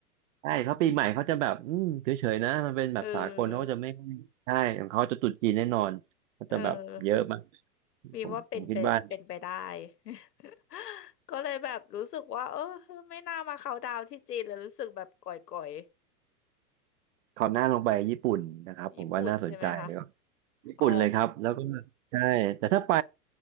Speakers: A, on the right (about 55°); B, on the left (about 75°).
A: ใช่เพราะปีใหม่เขาจะแบบอืมเฉยๆนะมันเป็นแบบสากลเขาจะไม่ค่อยใช่ของเขาจะตรุษจีนแน่นอนเขาจะแบบเยอะมาก
B: เออเออ บีมว่าเป็นไปเป็นไปได้
A: ผมผมคิดว่า
B: <laughs> ก็เลยแบบรู้สึกว่าเออไม่น่ามาเขาน์ดาวน์ที่จีนเลยรู้สึกแบบก่อย
A: คราวหน้าลองไปญี่ปุ่นนะครับผมว่าน่าสนใจเลยว่า
B: ๆญี่ปุ่นใช่ไหมคะ
A: ญี่ปุ่นเลยครับแล้วก็
B: อ๋อ
A: ใช่แต่ถ้าไป